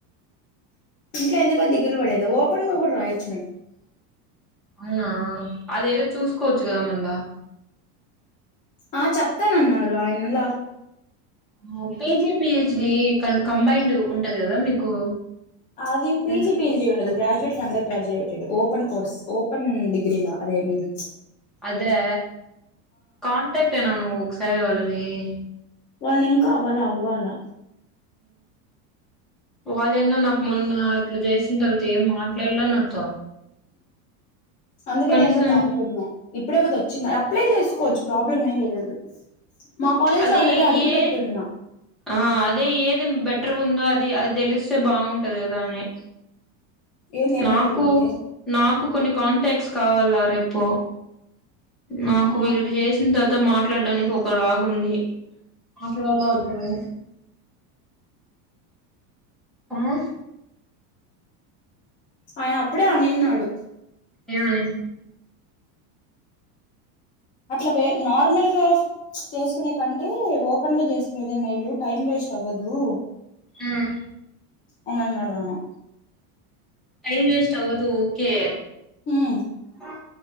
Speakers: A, on the left; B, in the centre.
A: ఇంట్లో ఎందుక దిగులు పడేద ఓపెన్ గా కూడా రాయొచ్చు మేము
B: అవునా అదేదో చూసుకోవచ్చు కదా మళ్ళా
A: ఆహ్ చెప్తానన్నారు ఆయన్లా.
B: ఆహ్ పేరు చెప్పీ. చీ కం కంబైండ్ ఉంటది కదా మీకు.
A: అది పిజి,
B: ఉం.
A: పిహెచ్ డి ఉండదు గ్రాడుయేట్ అండర్ గ్రాడుయేట్ ఓప్. ఓపన్ కోర్స్ ఓపెన్ డిగ్రీ లా అదేమి ప్చ్.
B: అదే కాంటాక్ట్ ఏన నువ్వు ఒకసారి వాళ్ళని. ఏ
A: వాళ్లని ఇంకా అవ్వాలే అవ్వాలా.
B: వాళ్ళేన్నో నాకు మొన్న ఇట్లా చేసిన తరు తే ఏం మాట్లాడలే నాతో
A: అందుకే
B: కనీసం.
A: నేను కూడా కామ్గున్నా ఇప్పుడే కదా వచ్చింది అప్లై చేసుకోవచ్చు ప్రాబ్లం ఏం లేదు. మా కాలేజ్
B: అది
A: లో ఆల్రెడీ అడిగి
B: ఏ
A: పెట్టున్నా
B: ఆహ్ అదే ఏది బెట్. గుందో అది అది తెలిస్తే బాగుంటది కదా అని.
A: ఏంది ఏం
B: నాకు
A: బెటర్గుంటే
B: నాకు కొన్ని కాంటాక్ట్స్. కావాల రేపు. నాకు
A: ఆ
B: వీలుంటే చేసిన తర్వాత మాట్ మాట్లాడడానికి ఒక లాగు ఉంది. మాట్లాలా వద్ద అని ఆహ్.
A: ఆయన అప్పుడే అనినాడు.
B: ఏమనీ.
A: అట్లా వే నార్మల్గా చేసుకునే కంటే ఓపెన్ గా చేసుకునేదే మేలు టైం వేస్ట్ అవ్వదు.
B: ఉమ్.
A: ఆయనను అడగను.
B: టైమ్ వేస్ట్ అవదు. ఓకే.
A: ఉమ్
B: ఆహ్.